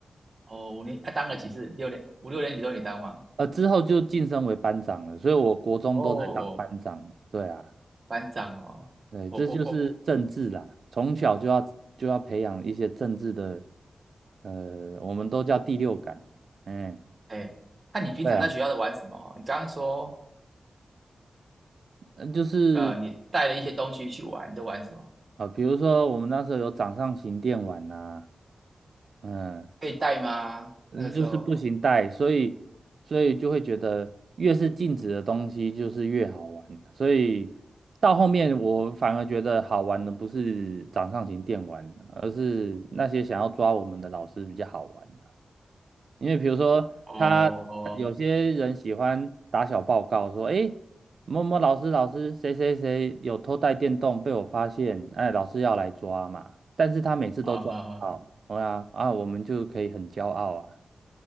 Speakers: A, on the right; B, on the right.
A: 哦。五年，他、当了几次？六年，五六年级都你当吗？
B: 呃，之后就晋升为班长了，所以我国中都在当班长。
A: 哦，哦，
B: 对啊，
A: 班长哦，
B: 对，
A: 我我我，
B: 这就是政治啦，从小就要就要培养一些政治的，呃，我们都叫第六感。嗯，
A: 哎，那、你平常在学校都玩什么？
B: 对啊，
A: 你刚刚说，
B: 呃就是
A: 呃，你带了一些东西去玩，你都玩什么？
B: 呃，比如说我们那时候有掌上型电玩呐、嗯，
A: 可以带吗？
B: 嗯，
A: 那个时候，
B: 就是不行带，所以所以就会觉得越是禁止的东西就是越好玩，所以到后面我反而觉得好玩的不是掌上型电玩，而是那些想要抓我们的老师比较好玩啊因为比如说他有些人喜欢打小报告说，
A: 哦，哦
B: 诶，某某老师老师谁谁谁有偷带电动被我发现，哎，老师要来抓嘛，但是他每次都抓不到，
A: 啊哈哈，
B: 对啊啊，我们就可以很骄傲啊。